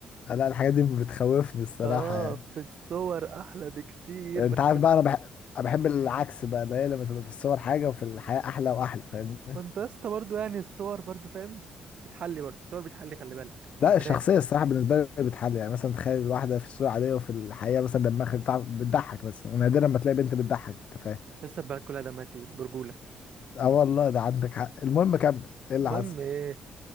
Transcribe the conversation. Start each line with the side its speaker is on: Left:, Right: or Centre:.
Left: لا الحاجات دي بتخوفني الصراحه
Right: اه
Left: يعني
Right: في الصور احلى بكتير
Left: انت
Right: بس
Left: عارف
Right: في ال-
Left: بقى انا بحب انا بحب العكس بقى اللي هي لما تبقى في الصور حاجه وفي الحياه احلى واحلى فاهمني
Right: ما انت يا اسطى برضه يعني الصور برضه فاهم بتحلي برضه الصور بتحلي خلي بالك
Left: لا
Right: في البنات
Left: الشخصية الصراحة بالنسبة لي بتحل يعني مثلا تخيل واحدة في الصورة عادية وفي الحقيقة مثلا دماغها بتاع بتضحك بس ونادرا ما تلاقي بنت بتضحك انت فاهم
Right: لسه البنات كلها دمها تقيل برجوله
Left: اه والله ده عندك حق المهم كمل ايه اللي
Right: المهم
Left: حصل
Right: ايه